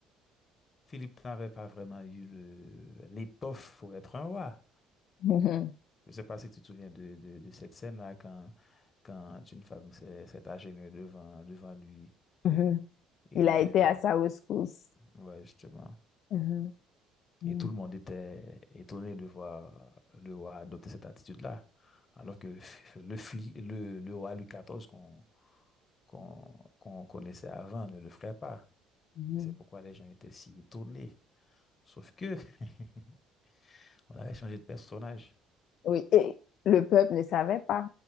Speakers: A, on the left; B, on the left.
A: Philippe n'avait pas vraiment eu le, l'étoffe pour être un roi.
B: Mhm.
A: Je ne sais pas si tu te souviens de, de, de cette scène-là quand, quand une femme s'est s'est agenouillée devant, devant lui
B: Mhm,
A: et
B: Il
A: il
B: a
A: était
B: été
A: vide.
B: à sa rescousse.
A: Ouais, justement.
B: mhm. Mhm,
A: Et tout le monde était étonné de voir le roi adopter cette attitude-là. Alors que le, Phil- le, le roi Louis XIV qu'on qu'on qu'on connaissait avant ne le ferait pas.
B: mhm.
A: Et c'est pourquoi les gens étaient si étonnés. Sauf que <laughs> on avait changé de personnage.
B: Oui, et le peuple ne savait pas.